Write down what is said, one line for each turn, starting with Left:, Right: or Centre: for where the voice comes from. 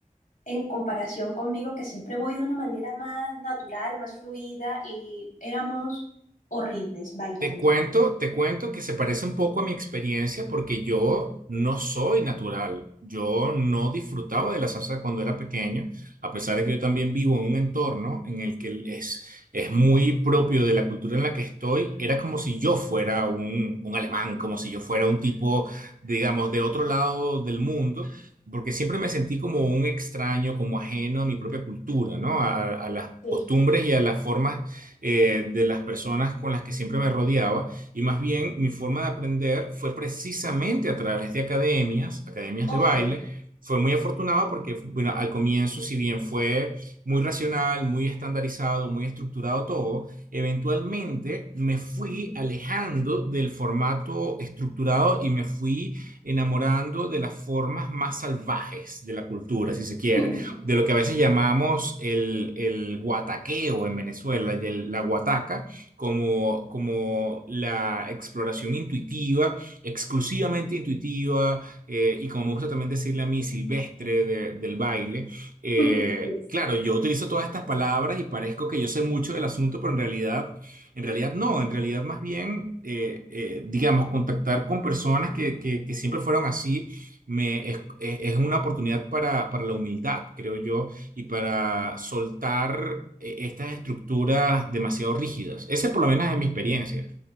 Left: en comparación conmigo, que siempre voy de una manera más natural, más fluida, y éramos horribles bailando.
Right: Te cuento, te cuento que se parece un poco a mi experiencia porque yo no soy natural. Yo no disfrutaba de la salsa cuando era pequeño, a pesar de que yo también vivo en un entorno en el que es, es muy propio de la cultura en la que estoy. Era como si yo fuera un, un alemán, como si yo fuera un tipo, digamos, de otro lado del mundo. Porque siempre me sentí como un extraño, como ajeno a mi propia cultura, ¿no? A, a las
Left: Sí.
Right: costumbres y a las formas eh, de las personas con las que siempre me rodeaba y más bien mi forma de aprender fue precisamente a través de academias, academias
Left: Ok.
Right: de baile. Fue muy afortunado porque, bueno, al comienzo, si bien fue muy racional, muy estandarizado, muy estructurado todo, eventualmente me fui alejando del formato estructurado y me fui enamorando de las formas más salvajes de la cultura, si se quiere
Left: <laughs>
Right: de lo que a veces llamamos el, el guataqueo en Venezuela, y el- la guataca, como, como la exploración intuitiva, exclusivamente intuitiva, eh, y como me gusta también decirle a mí, silvestre de- del baile. Eh,
Left: Sí,
Right: claro, yo utilizo todas estas palabras y parezco que yo sé mucho del asunto, pero en realidad... En realidad no, en realidad más bien, eh, eh, digamos, contactar con personas que, que- que siempre fueron así me, es, es- una oportunidad para, para la humildad, creo yo, y para soltar eh, estas estructuras demasiado rígidas. Esa por lo menos es mi experiencia.